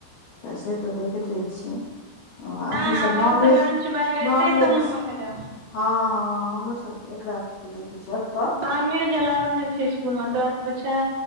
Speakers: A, on the left (about 70°); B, on the right (about 50°).
A: त से त देखैत रहै छियै। हं आ
B: नहि
A: अथी सब
B: अलग
A: नॉनवेज,
B: से लंच बैग एते
A: नॉनवेज
B: से हम भेले
A: हँ-हँ हमरो सबके, एकरा सबके देखै छियै अप
B: नॉनवेज अलाउड नै छै इसकुल मे, तोरा सबके छै?